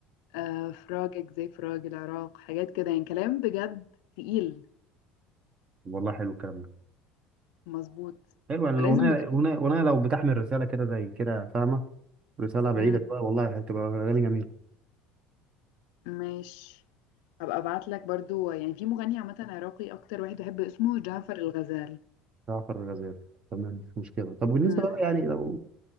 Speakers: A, on the left; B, on the right.
A: آه فراقك زي فراق العراق حاجات كده يعني كلام بجد تقيل
B: والله حلو الكلام ده
A: مظبوط
B: حلو يعني
A: فلازم
B: الاغنيه
A: بجد
B: الاغنيه الأغنية لو بتحمل رساله كده زي كده فاهمه رساله بعيده
A: مم،
B: شويه والله هتبقى اغاني جميله
A: ماشي هبقى ابعت لك برضو يعني في مغني عامه عراقي اكتر واحد بحب اسمه جعفر الغزال
B: جعفر الغزال تمام مش مشكله طب بالنسبه
A: مم.
B: بقى يعني لو